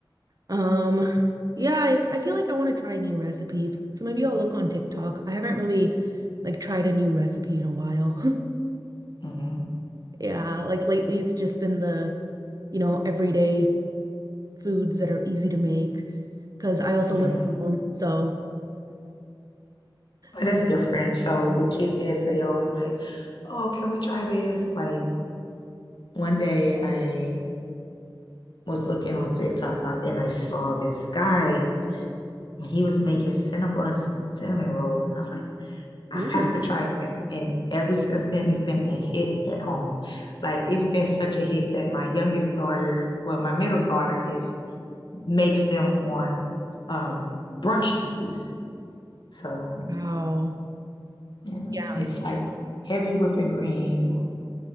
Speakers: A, on the right; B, on the left.
A: Um, yeah, I, f- I feel like I want to try new recipes. So maybe I'll look on TikTok. I haven't really like tried a new recipe in a while. <laughs>
B: hmm
A: Yeah, like lately it's just been the, you know, everyday foods that are easy to make because I also
B: yeah.
A: live alone. So,
B: But
A: um,
B: that's different. So with kids, they always like, oh, can we try this? Like one day I was looking on TikTok and I saw this guy and he was making Cinnabon cinnamon rolls. And I was like, I
A: Ooh.
B: have to try that. And ever since then, it's been a hit at home. Like it's been such a hit that my youngest daughter, well, my middle daughter is makes them on um brunch days. So
A: wow.
B: yeah,
A: Yeah.
B: it's like heavy whipping cream,